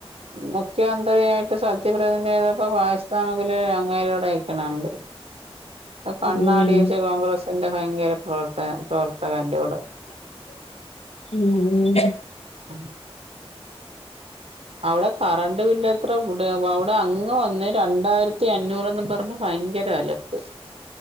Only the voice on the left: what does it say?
ഉം
ഉം ഉം